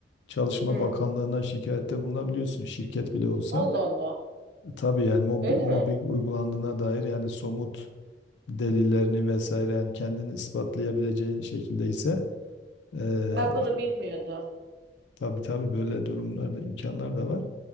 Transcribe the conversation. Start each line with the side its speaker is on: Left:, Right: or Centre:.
Left: Çalışma
Right: Hı.
Left: Bakanlığı'na şikayette bulunabiliyorsun şirket bile olsa.
Right: Allah Allah.
Left: E, Tabii yani mobbing,
Right: Öyle
Left: mobbing
Right: mi?
Left: uygulandığına dair yani somut delillerini vesaire yani kendini ispatlayabileceğin şekilde ise Ee,
Right: Bak onu bilmiyordum.
Left: tabii tabii böyle durumlarda imkanlar da var.